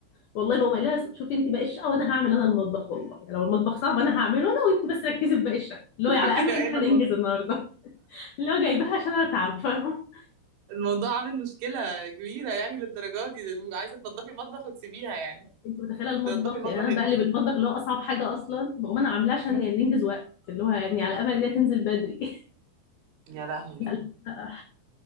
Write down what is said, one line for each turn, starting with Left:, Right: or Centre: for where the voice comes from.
Left: والله بقوم قايله لها شوفي انت باقي الشقه وانا هعمل انا المطبخ والله يعني لو المطبخ صعب انا هعمله انا وانت بس ركزي في باقي الشقه اللي
Right: <laughs>
Left: هو على امل
Right: يعني
Left: ان احنا
Right: ده
Left: ننجز
Right: الموضوع
Left: النهارده <laughs> اللي هو جايباها عشان انا تعب فاهمه
Right: الموضوع عامل مشكلة كبيرة يعني للدرجة دي ده عايزة تنضفي المطبخ وتسيبيها يعني
Left: انت متخيله المطبخ
Right: تنضفي المطبخ
Left: يعني انا بقلب المطبخ اللي هو اصعب حاجه اصلا بقوم انا عاملاه عشان
Right: انت
Left: يعني ننجز وقت اللي هو يعني على امل ان هي تنزل بدري <laughs>
Right: يا لهوي
Left: <laughs> لا لا لا.